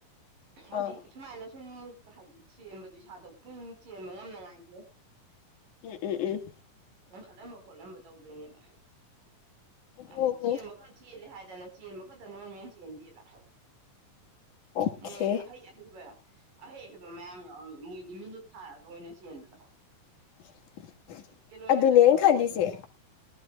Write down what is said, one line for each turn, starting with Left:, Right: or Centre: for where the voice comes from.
Right: ꯍꯥꯏꯗꯤ
Left: ꯑꯥ
Right: ꯁꯨꯃꯥꯏꯅ ꯁꯨꯝ ꯍꯥꯏꯗꯤ ꯆꯦꯟꯕꯗꯨꯣ ꯏꯁꯥꯗꯣ ꯄꯨꯛꯅꯤꯡ ꯆꯦꯟꯕ ꯉꯝꯅꯉꯥꯏꯒꯤ
Left: ꯎꯝ ꯎꯝ ꯎꯝ
Right: ꯈꯜꯂꯝꯕ ꯈꯣꯠꯂꯝꯕ ꯇꯧꯗꯣꯏꯅꯦꯕ ꯍꯥꯏꯗꯤ
Left: ꯍꯣ
Right: ꯆꯦꯟꯕ
Left: ꯍꯣ
Right: ꯈꯔ ꯆꯦꯜꯂꯦ ꯍꯥꯏꯗꯤ ꯑꯗꯨꯗꯅ ꯆꯦꯟꯕ ꯈꯛꯇ ꯅꯣꯔꯃꯦꯅ ꯆꯦꯟꯗꯦꯕ
Left: ꯑꯣꯀꯦ
Right: ꯃꯣꯏ ꯑꯍꯩ ꯑꯍꯩꯕ ꯑꯍꯩ ꯑꯍꯩꯕ ꯃꯌꯥꯝ ꯧꯔꯝ ꯃꯣꯏꯗꯤ ꯃꯤꯅꯤꯠ ꯊꯥꯔꯒ ꯑꯣꯏꯅ ꯆꯦꯟꯕꯗꯣ
Left: <unintelligible>
Right: ꯀꯤꯂꯣꯃꯤꯇꯔ
Left: ꯑꯗꯨꯅꯦꯅ
Right: ꯁꯨꯃꯩꯗ
Left: ꯈꯜꯂꯤꯁꯦ
Right: ꯑꯗꯣ